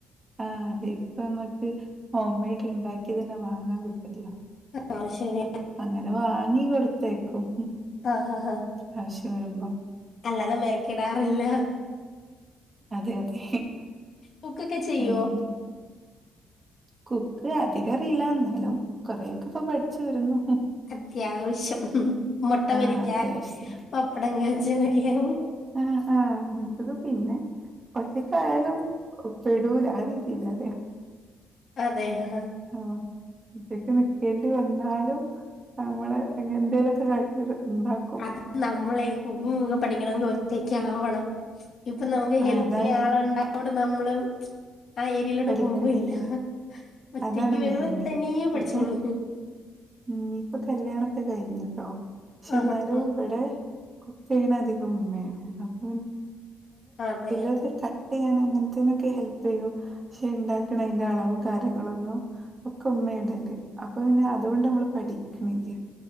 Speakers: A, on the right (about 30°); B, on the left (about 55°).
A: ആഹ് അതെ ഇപ്പ നമ്മുക്ക് ഹോം മെയ്ഡ് ഇണ്ടാക്കി തന്നെ വാങ്ങാൻ കിട്ടുല്ലോ
B: ആഹ് എന്നാ ശരി
A: അങ്ങനെ വാങ്ങി കൊടുത്തയക്കും
B: ആഹ് ആഹ് ആഹ്
A: ആവശ്യം വരുമ്പോ
B: അല്ലാതെ മെനക്കെടാറില്ല
A: അതെ അതെ
B: കുക്കൊക്കെ ചെയ്യോ
A: ആഹ് കുക്ക് അധികം അറിയില്ല എന്നാലും കൊറെയൊക്കെ ഇപ്പ പഠിച്ചു വരുന്നു
B: അത്യാവശ്യം മുട്ട
A: ആ
B: പൊരിക്കാൻ
A: അത്യാവശ്യം
B: പപ്പടം കാച്ചനൊക്കെയ
A: ആഹ് ആഹ് അങ്ങനത്തത് പിന്നെ ഒറ്റക്കായാലും പെടൂല ആ രീതീലാ
B: അതെ ആഹ്
A: ആഹ് ഒറ്റക്ക് നിക്കേണ്ടി വന്നാലും നമ്മള് അങ്ങ് എന്തേലൊക്കെ കാട്ടിത് ഇണ്ടാക്കും
B: അത് നമ്മളെ കുക്കിംഗ് ഒക്കെ പഠിക്കണെങ്കി ഒറ്റക്കാവണം ഇപ്പൊ നമുക്ക്
A: ആ
B: ഹെൽപ്
A: അതാണ്
B: ചെയ്യാൻ ആളുണ്ടായൊണ്ട് നമ്മള് ആ ഏരിയിലോട്ട്
A: പഠിക്കണില്ല
B: പോവീല്ല ഒറ്റക്ക്
A: അതാണ്
B: വരുമ്പോ
A: മെയിന്
B: തനിയേ പഠിച്ചോളും
A: ഇപ്പൊ ഉം ഇപ്പൊ കല്യാണൊക്കെ കഴിഞ്ഞുട്ടോ പക്ഷെ
B: ആഹ്
A: എന്നാലും
B: ആഹ്
A: ഇവിടെ കുക്കെയ്യണധികംഇമ്മേണ്അപ്പൊ
B: അതെ
A: പിന്നെനമ്മള്ഇല്ലത്ക ട്ടെയ്യാനങ്ങനത്തേനൊക്കെഹെൽപെയ്യും പക്ഷെഇണ്ടാക്കണെയിന്റെ അളവുംകാര്യങ്ങളൊന്നുംഒക്കെഇമ്മേടല്അപ്പപിന്നെ അതൊകൊണ്ട്നമ്മൾ പഠിക്ക്ണ് ല്ല